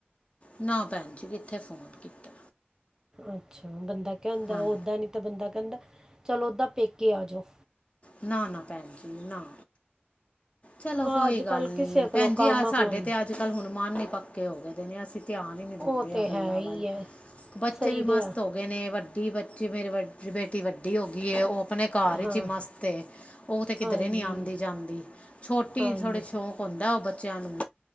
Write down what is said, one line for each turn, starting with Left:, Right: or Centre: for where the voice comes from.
Left: ਨਾ ਪੈਣ ਜੀ ਕਿੱਥੇ ਫੋਨ ਕੀਤਾ
Right: ਅੱਛਾ ਬੰਦਾ ਕੈਦਾਂ
Left: ਹਾਂ
Right: ਓਦਾਂ ਨੀ ਤਾਂ ਬੰਦਾ ਕਹੰਦੇ ਚੱਲ ਓਦਾਂ ਪੇਕੇ ਆ ਜਾਓ
Left: ਨਾ ਨਾ ਭੈਣ ਜੀ ਨਾ ਚਲੋ
Right: ਹਾਂ
Left: ਕੋਈ
Right: ਅੱਜ
Left: ਗੱਲ
Right: ਕੱਲ੍ਹ
Left: ਨੀ
Right: ਕਿਸੇ ਕੋਲੋਂ
Left: ਭੈਣ ਜੀ
Right: ਕੰਮ
Left: ਆ ਸਾਡੇ
Right: ਹੁੰਦਾ
Left: ਤੇ ਅੱਜ ਕੱਲ ਹੁਣ ਮਨ ਈ ਪੱਕੇ ਹੋ ਗਏ ਦੇ ਨੇ ਅਸੀਂ ਧੀਆਨ ਈ ਨੀ ਦਿੰਤੇ
Right: ਉਹ ਤਾਂ
Left: ਏ ਗੱਲਾਂ
Right: ਹੈ ਹੀ
Left: ਵੱਲ
Right: ਹੈ
Left: ਬੱਚੇ
Right: ਸਹੀ
Left: ਵੀ
Right: ਗਿਆ
Left: ਮਸਤ ਹੋ ਨੇ ਵੱਡੀ ਬੱਚੀ ਮੇਰੀ ਵੱ ਬੇਟੀ ਵੱਡੀ ਹੋ ਗਈ ਓ ਆਪਣੇ ਘਰ ਵਿੱਚ
Right: ਹਾਂ
Left: ਈ ਮਸਤ ਏ ਉ ਤੇ ਕਿਧਰੇ
Right: ਹਾਂਜੀ
Left: ਨੀਂ ਆ਼ਦੀ ਜਾਂਦੀ ਛੋਟੀ
Right: ਹਾਂਜੀ
Left: ਥੋੜ੍ਹੀ ਸ਼ੌਕ ਹੋਂਦਾ ਉ ਬੱਚਿਆਂ ਨੂੰ